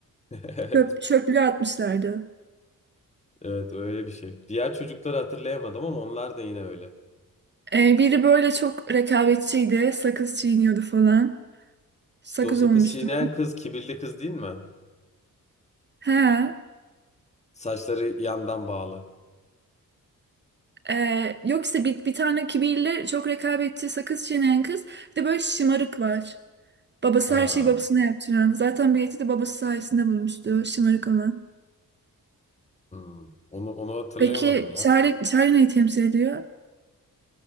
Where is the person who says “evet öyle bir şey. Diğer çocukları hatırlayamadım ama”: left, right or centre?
Left